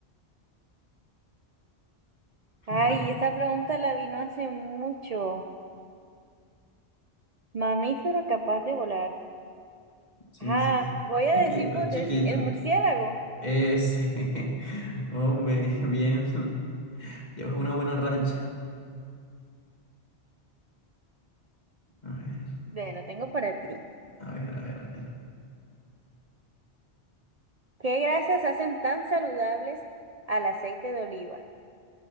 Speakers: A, on the right; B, on the left.
A: Ay,
B: <laughs>
A: esa pregunta la vino hace mucho. Mamífero capaz de volar.
B: Sí,
A: Ah,
B: sí, sí.
A: voy
B: Es
A: a
B: chiquito,
A: decir por
B: es chiquito.
A: decir, el murciélago.
B: Ese. <laughs> Hombre, bien. <laughs> Llevas una buena racha. A ver,
A: Bueno, tengo para ti.
B: a ver, a ver, a ver.
A: ¿Qué grasas hacen tan saludables al aceite de oliva?